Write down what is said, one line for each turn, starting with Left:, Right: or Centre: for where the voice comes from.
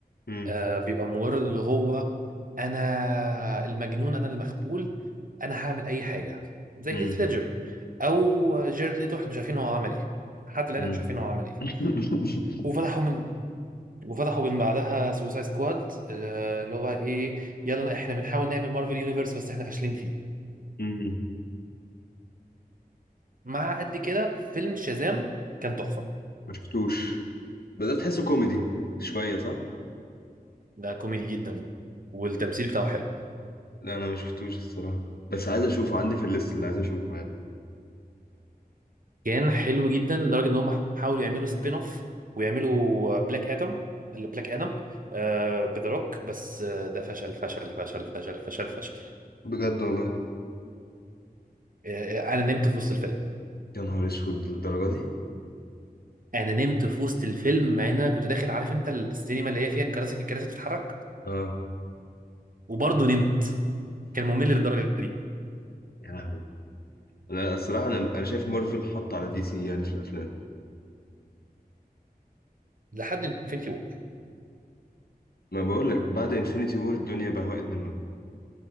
Left: مم.
Right: آه، بيبقى مجرد اللي هو انا المجنون انا المخبول انا هعمل اي حاجه زي
Left: مم.
Right: هيث ليدجر او جيرد ليتو احنا مش عارفين هو عمل ايه حتى الان
Left: مم.
Right: احنا مش عارفين هو عمل ايه
Left: <laughs>
Right: وفتحوا من وفتحوا من بعدها سوسايد سكواد اللي هو ايه يلا احنا بنحاول نعمل مارفل يونيفرس بس احنا فاشلين فيه
Left: مم.
Right: مع قد كده فيلم شازام كان تحفة
Left: ما شفتوش بدأت تحسه كوميدي شوية صح؟
Right: ده كوميدي جدا والتمثيل بتاعه حلو
Left: لا انا ما شفتوش الصراحه بس عايز اشوفه عندي في الليست اللي عايز اشوفه يعني
Right: كان حلو جدا لدرجة ان هم حاولوا يعملوا سبين اوف ويعملوا بلاك ادم اللي بلاك ادم آه بذا روك بس آه ده فشل فشل فشل فشل فشل فشل
Left: بجد والله
Right: آه آه، انا نمت في وسط الفيلم
Left: يا نهار اسود للدرجه دي
Right: انا نمت في وسط الفيلم مع ان انا كنت داخل عارف انت السينما اللي هي فيها الكراسي الكراسي بتتحرك
Left: اه
Right: وبرضه نمت كان ممل للدرجه دي
Left: يا لهوي لا الصراحه انا انا شايف مارفل حط على دي سي يعني في الافلام
Right: لحد انفينيتي وور
Left: ما بقول لك بعد انفينيتي وور الدنيا بهوأت منهم